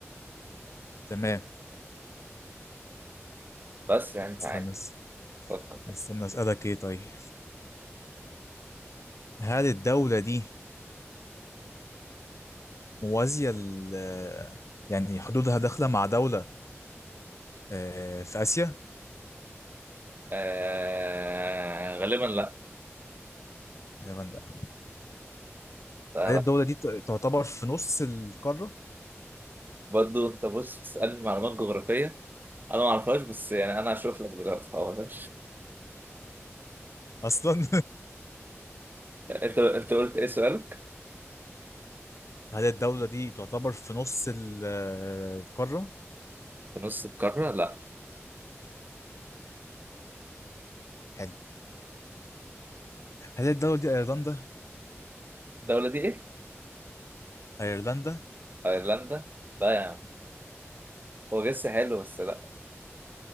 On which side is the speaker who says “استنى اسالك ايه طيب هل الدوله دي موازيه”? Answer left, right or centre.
Left